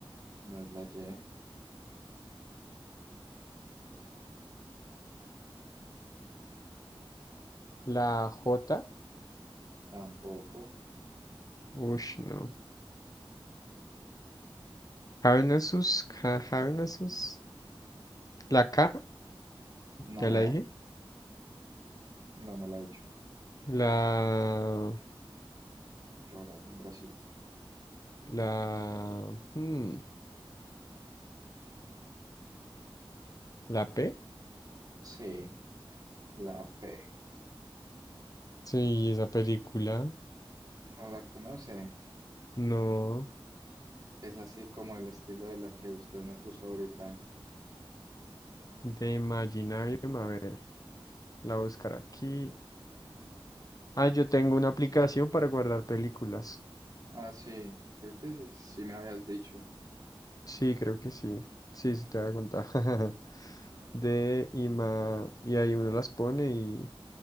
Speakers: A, on the right; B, on the left.
A: no es la Y,
B: la J,
A: tampoco.
B: ush no, Carnassus, Ca- Carnassus, la K,
A: No,
B: ya la dije,
A: no, no la he hecho.
B: la
A: Otro bra- un bracito.
B: la hmm, ¿La P?
A: Sí, la P.
B: Sí, esa película.
A: No la conoce.
B: No,
A: Es así como el estilo de la que usted me puso ahorita.
B: de Imaginarium. A ver, la buscar aquí. Ah, yo tengo una aplicación para guardar películas.
A: Ah, sí, creo que sí, sí me habías dicho.
B: Sí, creo que sí. Sí, sí, te voy a contar. <laughs>
A: <laughs>
B: De Ima. Y ahí uno las pone y,